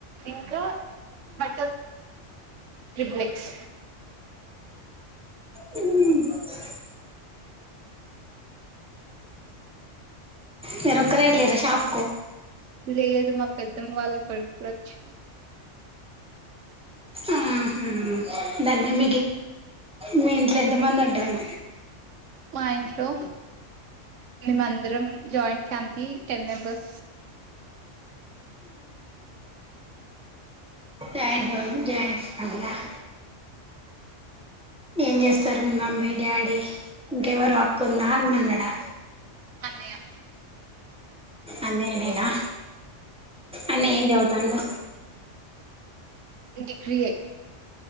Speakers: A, on the right; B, in the centre.
A: ఇంకా బట్టర్ ట్రిప్లెక్స్
B: హ్మ్ అ మీరొక్కలే వెళ్ళిర షాపుకు
A: లేదు మా పెద్దమ వాళ్ళ కొడుకు వచ్చిండు
B: ఆహ <unintelligible> మీ ఇంట్లో ఎంత మంది ఉంటారు
A: మా ఇంట్లో మేమందరం joint family ten members
B: joint family joint family హ ఏం చేస్తారు మీ మమ్మీ డాడీ ఇంకెవరు అక్క ఉందా అన్న ఉన్నాడా
A: అన్నయ్య
B: అన్నయా నేనా అన్నయ్య ఏం చదుత ఉండు
A: డిగ్రీ ఏ